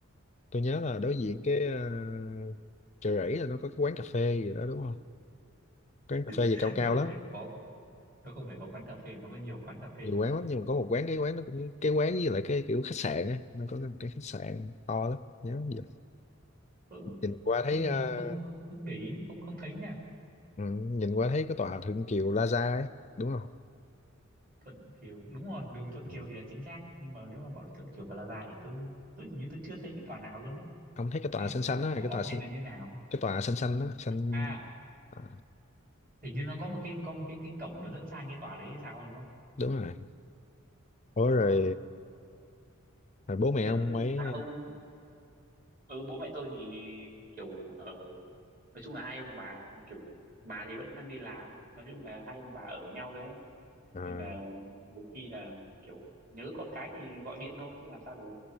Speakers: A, on the left; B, on the right.
A: tôi nhớ là đối diện cái ờ, Chợ Rẫy là nó có cái quán cà phê gì đó đúng không quán cà phê
B: <laughs>
A: gì cao cao
B: nó không
A: lắm
B: phải có nó không phải có quán cà phê nó có nhiều quán cà phê
A: nhiều quán lắm nhưng mà có một quán cái quán nó cũng cái quán với lại cái kiểu khách sạn á nó có một cái khách sạn to lắm nhớ giờ
B: tôi cũng
A: nhìn qua
B: không
A: thấy
B: nhìn
A: ờ,
B: không không không để ý không không thấy nha
A: ừ, nhìn qua thấy cái tòa Thượng Kiều Plaza ấy đúng không
B: Thuận Kiều đúng rồi đường Thuận
A: Ừ.
B: Kiều thì là chính xác nhưng mà nếu mà bảo là Thuận Kiều Plaza thì tôi tôi hình như tôi chưa thấy cái tòa nào luôn đấy
A: ông thấy cái tòa
B: hay
A: xanh
B: là
A: xanh
B: nó có
A: á
B: bỏ
A: cái tòa xanh,
B: hay là như nào
A: cái tòa xanh xanh á xanh
B: à
A: à,
B: hình như nó có một cái có một cái cái cổng nó dẫn sang cái tòa đấy hay sao đúng không
A: đúng rồi ủa
B: ờ
A: rồi, rồi bố mẹ ông
B: thế
A: ấy
B: nhà ông ừ, bố mẹ tôi thì kiểu ở nói chung là hai ông bà kiểu bà thì vẫn đang đi làm nói chung là hai ông bà ở với nhau thôi ấy.
A: à,
B: nên là một khi là kiểu nhớ con cái thì gọi điện thôi chứ làm sao được